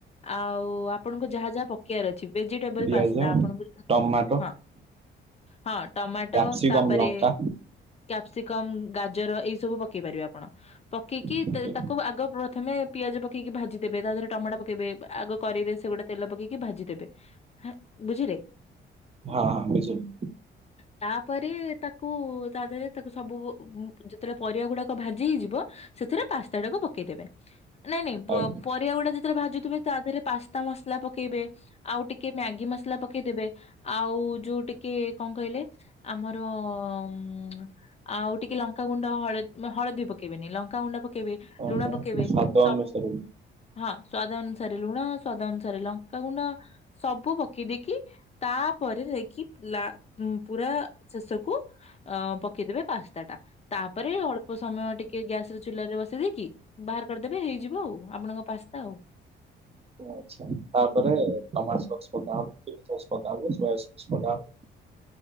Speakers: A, on the left; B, on the right.
A: ଆଉ ଆପଣଙ୍କୁ ଯାହା ଯାହା ପକ୍ କେଆର ଅଛି। ଭେଜିଟେବଲ
B: ପିଆଜ
A: ପାସ୍ତା ଆପଣଙ୍କୁ
B: ଟମାଟୋ
A: ହଁ ହଁ ଟମାଟୋ
B: କ୍ୟାପ୍ସିକମ୍
A: ତାପରେ
B: ଲଙ୍କା
A: କ୍ୟାପ୍ସିକମ୍ ଗାଜର ଏଇ ସବୁ ପକେଇ ପାରିବେ ଆପଣ। ପକେଇକି
B: ଏମିତି।
A: ତେ ତାକୁ ଆଗ ପ୍ର ପ୍ରଥମେ ପିଆଜ ପକେଇକି ଭାଜିଦେବେ। ତା ଦେହରେ ଟମାଟ ପକେଇବେ। ଆଗ କରେଇରେ ସେ ଗୋଟେ ତେଲ ପକେଇକ୍ କି ଭାଜିଦେବେ। ବୁଝିଲେ
B: ହଁ ହଁ ବୁଝିଗଲି।
A: ତାପ୍ ପରେ ତାକୁ ତା ଦେହରେ ତାକୁ ସବୁ ବୁ ବୁ ଯେତେବେଳେ ପରିବା ଗୁଡାକ ଭାଜି ହେଇଯିବ ସେଥିରେ ପାସ୍ତାଟାକୁ ପକେଇଦେବେ। ନାଇଁ ନାଇଁ ବ
B: ଆଜ୍ଞା
A: ପରିବା ଗୁଡା ଯେତେବେଳେ ଭାଜୁଥିବେ ତା ଦେହରେ ପାସ୍ ତା ମସଲା। ପକେଇବେ ଆଉ ଟିକେ ମ୍ୟାଗି ମସଲା ପକେଇଦେବେ। ଆଉ ଯୋଉ ଟିକେ କଣ କହିଲେ ଆମର ଅମ୍ ଆଉ ଟିକେ ଲଙ୍କାଗୁଣ୍ଡ ହଳଦ୍ ହଳଦୀ ପକେଇବେନି ଲଙ୍କାଗୁଣ୍ଡ ପକ୍ କେଇବେ
B: କଣ
A: ଲୁଣ
B: ଦେବା?
A: ପକେଇବେ
B: ସ୍ୱାଦ
A: ସବୁ
B: ଅନୁସାରେ
A: ହଁ ସ୍ଵାଦ ଅନୁସାରେ ଲୁଣ। ସ୍ୱାଦ ଅନୁସାରେ ଲ ଙ୍କାଗୁଣ୍ଡ ସବୁ ପ କି ଦେଇକି ତାପରେ ଯାଇକି ଲା ପୁରା ଶେଷକୁ ଅ ପକେଇଦେବେ ପାସ୍ତା ଟା ତାପରେ ଅଳ୍ପ ସମୟ ଟିକେ ଗ୍ୟାସର ଚୁଲାରେ ବସେଇ ଦେଇକି ବାହାର କରିଦେବେ ହେଇଯିବ ଆଉ ଆପଣଙ୍କ ପାସ୍ତା ଆଉ।
B: ଆଛା ତାପରେ ଟମାଟୋସସ୍ ପକାହବ। ଚିଲିସସ୍ ପକାହବ। ସୋୟାସସ୍ ପକାହବ।